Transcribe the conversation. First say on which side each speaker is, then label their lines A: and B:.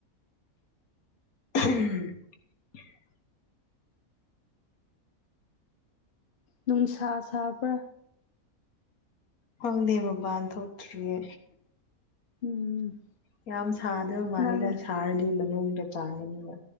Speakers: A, on the left (about 80°); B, on the left (about 50°).
A: <inaudible>
B: ꯅꯨꯡꯁꯥ ꯁꯥꯕ꯭ꯔꯥ
A: ꯈꯪꯗꯦ ꯃꯄꯥꯟ ꯊꯣꯛꯇ꯭ꯔꯤꯌꯦ
B: ꯎꯝ
A: ꯌꯥꯝ ꯁꯥꯗꯕ ꯃꯥꯜꯂꯤꯗ
B: ꯅꯪ
A: ꯁꯥꯔꯗꯤ ꯃꯅꯨꯡꯗ ꯆꯥꯡꯉꯅꯤꯕ